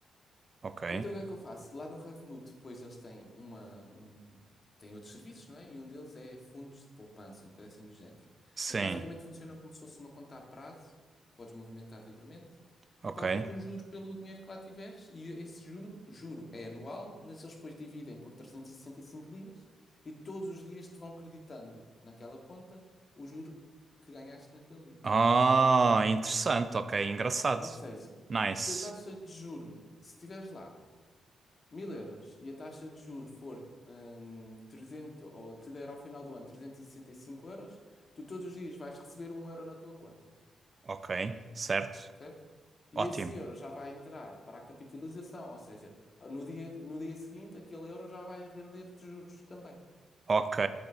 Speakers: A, on the right (about 45°); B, on the left (about 45°).
A: ok.
B: Então o que é que eu faço? Lá no Revolut, depois eles têm uma, um, têm outros serviços, não é? E um deles é fundos de poupança, uma coisa assim do género.
A: Sim,
B: Em que basicamente funciona como se fosse uma conta a prazo, tu podes movimentar livremente,
A: ok.
B: e pagam-te um juro pelo dinheiro que lá tiveres, e esse juro, juro é anual, mas eles depois dividem por 365 dias, e todos os dias te vão creditando naquela conta o juro que ganhaste naquele dia.
A: Ah, interessante, ok. Engraçado.
B: Ou seja,
A: Nice.
B: se a taxa de juro, se estiveres lá mil euros e a taxa de juros for hum, 300, ou te der ao final do ano 365 euros, tu todos os dias vais receber um euro na tua conta,
A: Ok, certo.
B: certo? E
A: Ótimo.
B: esse euro já vai entrar para a capitalização, ou seja, no dia, no dia seguinte aquele euro já vai render-te juros também.
A: Ok.